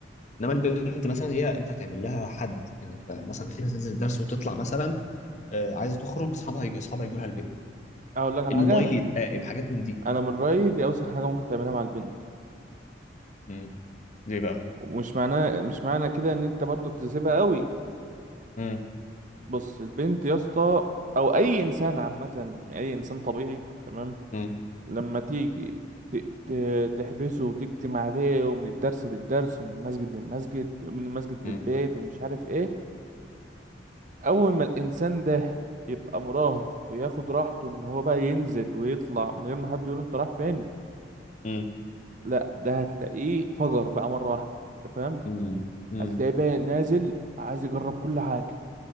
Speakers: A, on the left; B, on the right.
A: انما البنت مثلا هي انت هتعمل لها حد، يعني ف- مثلا اخيرا تنزل الدرس وتطلع مثلا آه، عايزه تخرج اصحابها هيجي- اصحابها يجوا لها البيت،
B: اقول لك على
A: الموبايل
B: حاجة
A: يتراقب حاجات من دي.
B: انا من رأيي دي اوسخ حاجة ممكن تعملها مع البنت
A: مم. ليه بقى؟
B: ومش معناه مش معنى كده ان انت برضو بتسيبها قوي
A: مم.
B: بص البنت يا اسطى او اي انسان عامه اي انسان طبيعي تمام
A: مم.
B: لما تيجي ت- ت- تحبسه وتكتم عليه ومن الدرس للدرس ومن المسجد للمسجد ومن المسجد
A: مم.
B: للبيت ومش عارف ايه اول ما الانسان ده يبقى مراهق وياخد راحته ان هو بقى ينزل ويطلع من غير ما حد يقول انت رايح فين
A: مم.
B: لا ده هتلاقيه فجر بقى مره واحده انت فاهم
A: مم. مم.
B: هتلاقيه بقى نازل عايز يجرب كل حاجه